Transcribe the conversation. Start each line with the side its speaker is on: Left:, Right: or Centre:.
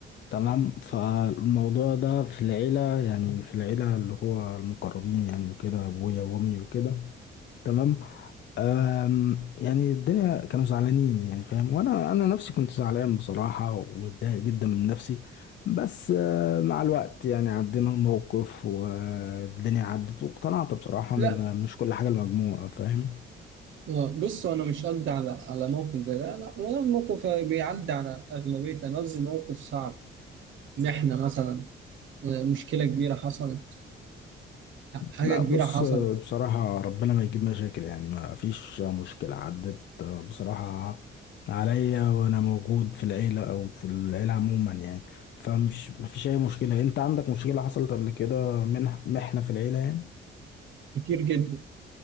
Left: تمام فالموضوع ده في العيلة يعني في العيلة اللي هو المقربين يعني وكده أبويا وأمي وكده تمام أم يعني الدنيا كانوا زعلانين يعني فاهم وأنا أنا نفسي كنت زعلان بصراحة ومتضايق جدا من نفسي بس آه، مع الوقت يعني عدينا الموقف والدنيا عدت واقتنعت بصراحة
Right: لا
Left: إن مش كل حاجة المجموعة فاهم
Right: آه، بصوا أنا مش قصدي على على موقف زي ده لا ولا الموقف بيعدي على أغلبية أنا قصدي موقف صعب إن إحنا مثلا آه، مشكلة كبيرة حصلت حاجة
Left: لا
Right: كبيرة
Left: بص
Right: حصلت
Left: بصراحة ربنا ما يجيب مشاكل يعني ما فيش مشكلة عدت بصراحة عليا وأنا موجود في العيلة أو في العيلة عموما يعني فمش ما فيش أي مشكلة أنت عندك مشكلة حصلت قبل كده منح محنة في العيلة يعني
Right: كتير جدا